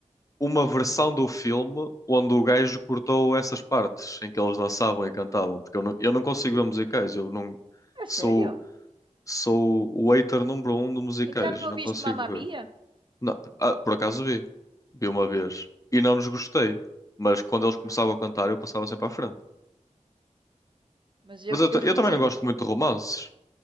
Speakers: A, on the left; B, on the right.
A: uma versão do filme onde o gajo cortou essas partes em que eles dançavam e cantavam, porque eu não, eu não
B: E-
A: consigo ver musicais. Eu não
B: É
A: sou,
B: sério?
A: sou o hater número um de musicais,
B: Então, não
A: não
B: viste
A: consigo
B: Mamma
A: ver.
B: Mia?
A: Não, ah, por acaso vi. Vi uma vez. E não nos gostei. Mas quando eles
B: Ah,
A: começavam a cantar, eu passava sempre à frente.
B: mas eu,
A: Mas
B: eu
A: eu, ta-
B: filmes
A: eu também não
B: an-
A: gosto muito de romances.